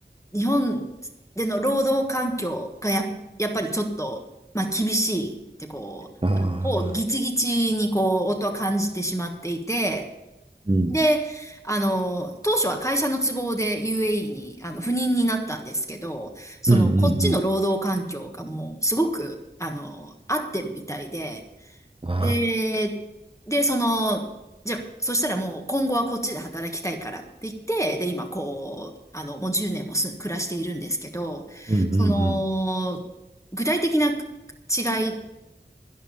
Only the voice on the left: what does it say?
日本での労働環境がや、やっぱりちょっと、まあ、厳しいってこう、
あのこうギチギチにこう、音は感じてしまっていて、
で、あの、当初は会社の都合で UAE にあの赴任になったんですけど、その、
こっちの労働環境がもう、
すごく、あの、合ってるみたいで、
で、で、その、じゃあ、そしたらもう今後はこっちで働きたいからって言って、で、今こう、あの、もう10年もす暮らしているんですけど、
その、具体的な違い